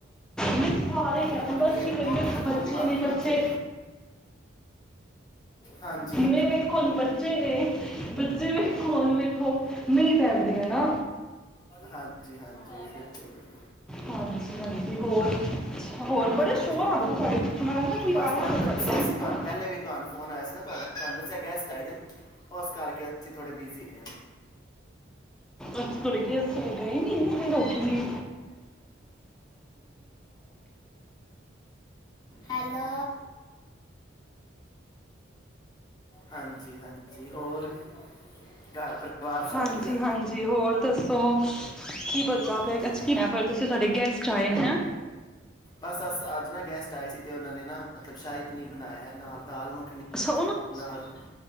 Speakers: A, in the centre; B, on the left.
A: ਨਹੀਂ ਸਾਰੇ ਕਹਿੰਦੇ
B: ਟਪਕਦੀ
A: ਬਸ
B: ਹੈ
A: ਕੀ
B: ਨਾ
A: ਕਰੀਏ
B: ਉਥੋਂ
A: ਵੇਖੋ
B: ਟਕੋਲੀ
A: ਬੱਚੇ
B: ਮਾਰਦੀ
A: ਨੇ ਬੱਚੇ
B: ਉੱਥੇ ਹਾਂਜੀ-ਹਾਂਜੀ।
A: ਬੱਚੇ ਨੇ <inaudible> ਫੋਨ ਵੀ ਮੀਂਹ ਪੈਂਦੇ ਹੈ ਨਾ
B: ਹਾਂਜੀ ਹਾਂਜੀ ਬਿਲਕੁਲ ਬਿਲਕੁਲ
A: ਹਾਂਜੀ ਹਾਂਜੀ ਹੋਰ ਹੋਰ ਬੜੇ
B: ਹਾਂਜੀ
A: ਸ਼ੋਰ ਆ ਬੜਾ ਤੁਹਾਡੇ ਪਿੱਛੋਂ ਮੈਨੂੰ ਲੱਗਦਾ ਕੋਈ
B: ਬਸ
A: ਆ
B: ਤੁਹਾਨੂੰ
A: ਗਿਆ ਨਾ
B: ਦੱਸਿਆ
A: ਤੁਹਾਡੇ ਕੋਲ
B: ਅਸੀ ਤੁਹਾਨੂੰ
A: ਨਾ
B: ਪਹਿਲੇ ਵੀ ਤੁਹਾਨੂੰ ਫੋਨ ਆਇਆ ਸੀ ਨਾ ਤੁਹਾਡਾ ਤੁਹਾਨੂੰ ਦੱਸਿਆ ਗੈਸਟ ਆਏ ਦਿਨ ਉਸ ਕਰਕੇ ਅਸੀਂ ਥੋੜੇ ਬਿਜੀ ਹਾਂ
A: ਅੱਥ ਤੁੜੇ ਗ ਅ ਗਏ ਨੀਰ ਹੋਣਾ ਚਾਹੀਦਾ
B: ਹੈਲੋ ਹਾਂਜੀ ਹਾਂਜੀ ਹੋਰ ਘਰ ਪਰਿਵਾਰ ਸਭ
A: ਹਾਂਜੀ
B: ਵਧੀਆ
A: ਹਾਂਜੀ ਹੋਰ ਦੱਸੋ ਕੀ ਬੰਦਾ
B: ਹਾਂਜੀ
A: ਪਿਆ ਕੀ ਤੁਸੀਂ ਤੁਡੇ ਗੈਸਟ ਚਾਈਨ ਹੈ
B: ਬਸ ਅਸ ਅੱਜ ਨਾ ਗੈਸਟ ਸੀ ਤੇ ਉਹ ਨੇ ਨਾ ਮਤਲਬ ਸ਼ਾਹੀ ਪਨੀਰ ਬਣਾਇਆ ਨਾਲ ਦਾਲ ਮ
A: ਸੋ
B: ਨਾਲ